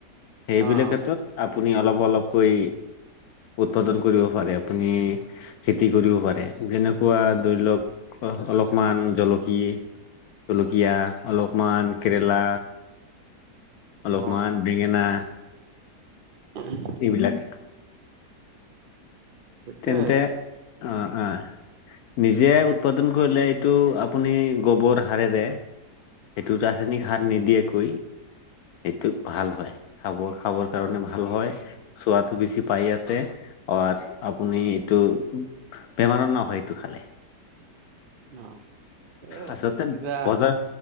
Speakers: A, on the left; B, on the right.
A: সেইবিলাক
B: অ
A: ক্ষেত্ৰত। আপুনি অলপ অলপকৈ উৎপাদন কৰিব পাৰে। আপুনি, খেতি কৰিব পাৰে। যেনেকুৱা ধৰি লওক অলপমান জলকিয়ে। জলকীয়া, অলপমান কেৰেলা অলপমান
B: অ
A: বেঙেনা,
B: হয় <unintelligible>
A: এইবিলাক।
B: সেইটোয়ে
A: তেন্তে অ' অ'। নিজে উৎপাদন কৰিলে এইটো আপুনি গোবৰ সাৰেৰে, এইটোত আছে নেকি খাৰ নিদিয়া কৈ। এইটো ভাল হয়। খাব খাবৰ কাৰণে ভাল হয়। চোৱাতো বেছি পায় ইয়াতে। অ' আপুনি এইটো বেমাৰৰ নহয় এইটো খালে।
B: অ' এ
A: আচলতে
B: কিবা
A: বজাৰ